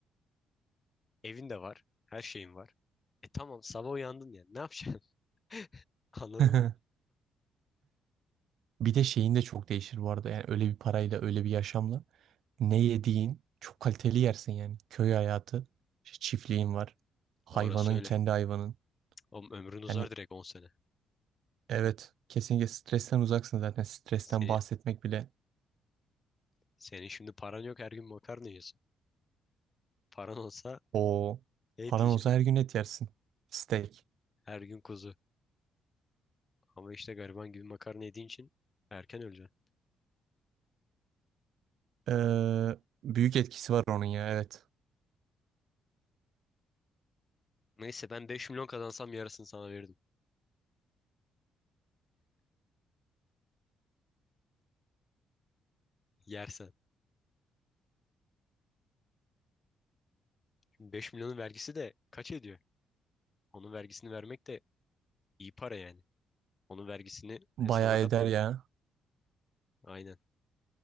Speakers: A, on the left (about 30°); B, on the right (about 70°).
A: Evin de var. Her şeyin var. E tamam sabah uyandın yani. Ne yapacaksın? <laughs> Anladın mı?
B: <laughs> Bir de şeyin de çok değişir bu arada. Yani öyle bir parayla, öyle bir yaşamla ne yediğin çok kaliteli yersin yani. Köy hayatı, işte çiftliğin var. Hayvanın,
A: Ya orası öyle.
B: kendi hayvanın.
A: Oğlum ömrün uzar
B: Yani
A: direkt 10 sene.
B: evet, kesinlikle stresten uzaksın zaten. Stresten
A: Senin,
B: bahsetmek bile.
A: senin şimdi paran yok her gün makarna yiyorsun. Paran olsa
B: O
A: et
B: paran
A: yiyeceksin.
B: olsa her gün et yersin. Steak.
A: Her gün kuzu. Ama işte gariban gibi makarna yediğin için erken öleceksin.
B: Ee, büyük etkisi var onun ya evet.
A: Neyse ben 5 milyon kazansam yarısını sana verirdim. Yersen. Şimdi 5 milyonun vergisi de kaç ediyor? Onun vergisini vermek de iyi para yani. Onun vergisini hesaba
B: Bayağı
A: katmadık.
B: eder ya.
A: Aynen.